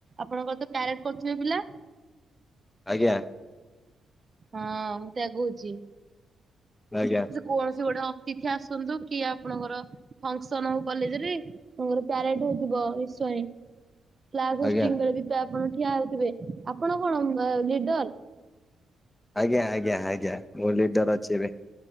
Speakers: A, on the right; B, on the left.
A: ଆପଣଙ୍କର ତ ପ୍ୟାରେଡ୍ କରୁଥିବେ ପିଲା?
B: ଆଜ୍ଞା।
A: ହଁ ମୁଁ ସେଇଆ କହୁଚି।
B: ଆଜ୍ଞା।
A: କୌଣସି ଗୋଟେ ଅତିଥି ଆସନ୍ତୁ କି ଆପଣଙ୍କର ଫଙ୍କସନ ହୋଉ କଲେଜ ରେ ତାଙ୍କର ପ୍ୟାରେଡ୍ ହୋଉଥିବ ନିଶ୍ଚୟେ। କ୍ଲାସ ହେଷ୍ଟିଙ୍ଗ୍
B: ଆଜ୍ଞା
A: ବେଳେ ବି ପା ଆପଣ ଠିଆ ହୋଉଥିବେ। ଆପଣ କଣ ଲିଡର?
B: ଆଜ୍ଞା ଆଜ୍ଞା ଆଜ୍ଞା। ମୁଁ ଲିଡର ଅଛି ଏବେ।